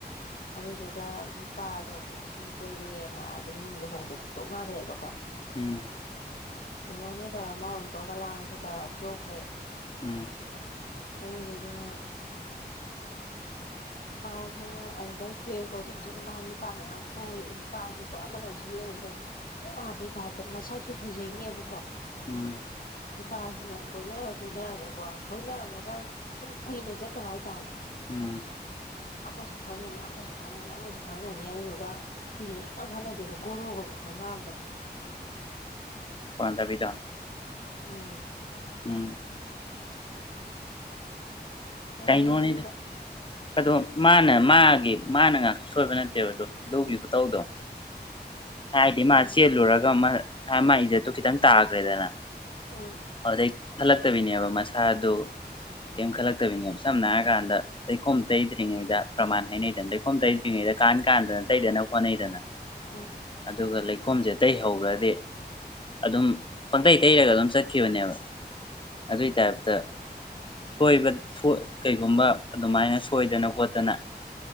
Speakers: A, on the left; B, on the left.
A: ꯑꯗꯨꯗꯨꯒ ꯅꯨꯄꯥꯗꯣ ꯑꯃꯨꯛ ꯅꯨꯄꯤ ꯀꯣꯏꯔꯦꯅ ꯑꯗꯨꯝ ꯂꯨꯍꯣꯡꯕꯁꯨ ꯇꯣꯛꯅꯈ꯭ꯔꯦꯕꯀꯣ
B: ꯎꯝ
A: ꯂꯨꯍꯣꯡꯅꯤ ꯇꯧꯔꯝꯃ ꯑꯎꯟ ꯄꯣꯠꯀꯥ ꯂꯥꯡꯁꯉ ꯇꯧꯔ ꯇꯣꯛꯈ꯭ꯔꯦ
B: ꯎꯝ
A: ꯑꯗꯨꯗꯨꯒ ꯃꯥꯁꯦ ꯑꯗꯨꯗꯩ ꯇꯨꯌꯦꯜꯞꯀꯣ ꯑꯗꯨꯗꯨꯅ ꯃꯥ ꯅꯨꯄꯥ ꯃꯌꯥꯝ ꯀꯣꯏ ꯅꯨꯄꯥꯁꯦꯀꯣ ꯑꯃꯅ ꯑꯃꯨꯛ ꯁꯦꯝꯕꯤ ꯑꯃꯅ ꯑꯃꯨꯛ ꯁꯦꯝ ꯄꯨꯡꯌꯥ ꯌꯥꯕꯩꯒꯤ ꯇꯥꯏꯞꯇ ꯃꯁꯛꯁꯨ ꯐꯖꯩꯅꯦꯕꯀꯣ
B: ꯎꯝ
A: ꯅꯨꯄꯥꯁꯤꯅ ꯀꯣꯏꯅꯔ ꯀꯣꯏꯅꯔꯒꯀꯣ ꯀꯣꯏꯅꯔꯝꯃꯒ ꯁꯨꯝ ꯀꯨꯏꯅ ꯆꯠꯇꯕ ꯍꯥꯏꯇꯥꯔꯦ
B: ꯎꯝ
A: ꯑꯃꯁꯨ ꯈꯪꯅꯅꯤ ꯑꯃꯁꯨ ꯈꯪꯅꯅꯤ ꯑꯃꯁꯨ ꯈꯪꯅꯅꯤ ꯑꯗꯨꯗꯨꯒ ꯀꯨꯏꯅ ꯁꯨꯡꯈꯪ ꯈꯪꯅꯗꯦꯕ ꯒꯣꯔꯣꯒꯕꯨ ꯈꯪꯅꯔꯝꯕꯅꯤ
B: ꯄꯥꯟꯗꯕꯤꯗꯥ
A: ꯎꯝ
B: ꯎꯝ
A: ꯑꯗꯩꯗꯤ
B: ꯀꯩꯅꯣꯅꯤꯗ ꯑꯗꯣ ꯃꯥꯅ ꯃꯥꯒꯤ ꯃꯥꯅ ꯉꯥꯡꯇꯥ ꯁꯣꯏꯕ ꯅꯠꯇꯦꯕ ꯑꯗꯣ ꯑꯗꯨꯒꯤ ꯈꯨꯇꯧꯗꯣ ꯍꯥꯏꯗꯤ ꯃꯥ
A: ꯎꯝ
B: ꯆꯦꯜꯂꯨꯔꯒ ꯃꯥ ꯑꯥ ꯃꯥꯏ ꯏꯖꯠꯇꯣ ꯈꯤꯇꯪ ꯇꯥꯈ꯭ꯔꯦꯗꯅ
A: ꯎꯝ
B: ꯑꯗꯨꯗꯩ ꯈꯜꯂꯛꯇꯕꯤꯅꯦꯕ ꯃꯥ ꯁꯥꯗꯣ ꯀꯦꯝ ꯈꯜꯂꯛ ꯇꯕꯤꯅꯤ ꯌꯥꯝ ꯁꯝꯅ ꯍꯥꯏꯔꯀꯥꯟꯗ ꯂꯩꯈꯣꯝ ꯇꯩꯗ꯭ꯔꯤꯉꯩꯗ ꯄ꯭ꯔꯃꯥꯟ ꯍꯩꯅꯩꯗꯅ ꯂꯩꯈꯣꯝ ꯇꯩꯗ꯭ꯔꯤꯉꯩꯗ ꯀꯥꯟ ꯀꯥꯟꯗꯅ ꯇꯩꯗꯅꯕ ꯍꯣꯠꯅꯩꯗꯅ
A: ꯎꯝ
B: ꯑꯗꯨꯒ ꯂꯩ ꯈꯣꯁꯦ ꯇꯩꯍꯧꯈ꯭ꯔꯗꯤ ꯑꯗꯨꯝ ꯄꯪꯇꯩꯩ ꯇꯩꯔꯒ ꯑꯗꯨꯝ ꯆꯠꯈꯤꯕꯅꯦꯕ ꯑꯗꯨꯏ ꯇꯥꯏꯞꯇ ꯁꯣꯏꯕ ꯁꯣꯏ ꯀꯩꯒꯨꯝꯕ ꯑꯗꯨꯃꯥꯏꯅ ꯁꯣꯏꯗꯅ ꯈꯣꯠꯇꯅ